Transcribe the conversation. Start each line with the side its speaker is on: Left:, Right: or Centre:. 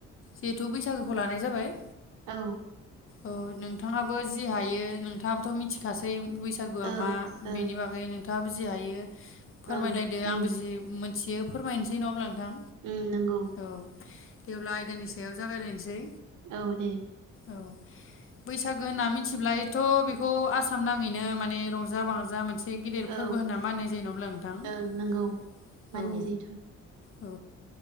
Left: जेहेथु बैसागोखौ लानाय जाबाय
Right: औ।
Left: औ नोंथाङाबो जि हायो नोंथाङाबो मिथिखासै। बैसागुआ
Right: ओं
Left: मा
Right: ओं
Left: बेनि बागै नों नोंथांङाबो जि हायो
Right: ओं
Left: फोरमायलायदो
Right: उम
Left: आंबो जि मोन <unintelligible> फोरमानोसै न अब्ला नोंथां।
Right: उम नोंगौ।
Left: औ दे अब्ला आयदानि सायाव जागायलायनोसै।
Right: औ दे।
Left: औ बैसागो होनना मिथिब्ला एथ बेखौ आसाम नाङैनो माने रंजा बाजा जा मोनसे गिदिर
Right: औ
Left: फोरबो होनना मानिनाय जायो नङा होमब्ला नोंथां
Right: ओं नंगौ मानिनाय
Left: औ।
Right: जायोथ'
Left: औ